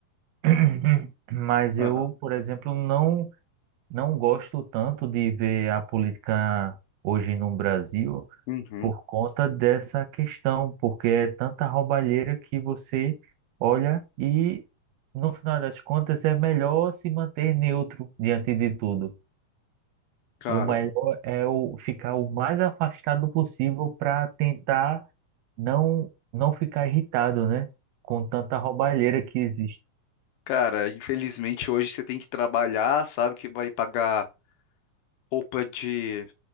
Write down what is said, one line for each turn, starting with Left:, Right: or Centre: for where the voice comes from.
Right: <clears throat> Mas
Left: Aham.
Right: eu, por exemplo, não não gosto tanto de ver a política hoje no Brasil
Left: Uhum.
Right: por conta dessa questão, porque é tanta roubalheira que você olha e, no final das contas, é melhor se manter neutro diante de tudo.
Left: Cara,
Right: O melhor é o ficar o mais afastado possível para tentar não não ficar irritado, né? Com tanta roubalheira que existe.
Left: cara, infelizmente hoje você tem que trabalhar, sabe que vai pagar roupa de